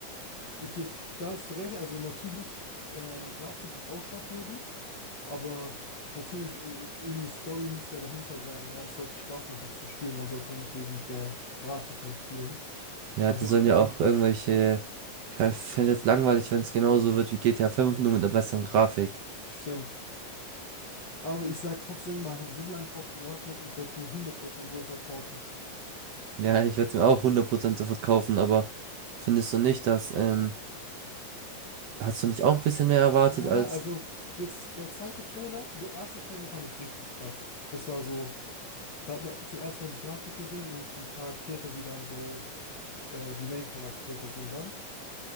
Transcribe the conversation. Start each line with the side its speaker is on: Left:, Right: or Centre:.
Left: Okay, da hast du recht. Also natürlich, ähm, Grafik ist ausschlaggebend, aber natürlich, äh, irgendeine Story muss ja dahinter sein. Ja, es sollte Spaß machen zu spielen. Man sollte ja nicht wegen der Grafik nur spielen.
Right: Ja,
Left: Aber
Right: da sollen ja auch irgendwelche, keine- ich fände jetzt langweilig, wenn es genauso wird wie GTA fünf nur mit einer besseren Grafik.
Left: stimmt. Aber ich sag trotzdem, man hat so lange drauf gewartet, ich werde es mir hundert Prozent sofort kaufen.
Right: Ja, ich werde es mir auch 100% sofort kaufen, aber findest du nicht, dass, ähm, hast du nicht auch ein bisschen mehr erwartet
Left: Ja,
Right: als,
Left: also jetzt der zweite Trailer, der erste Trailer fand ich richtig krass. Das war so. Da hat man zum ersten Mal die Grafik gesehen und die Charaktere, die dann so äh, die Main-Charaktere sind dann.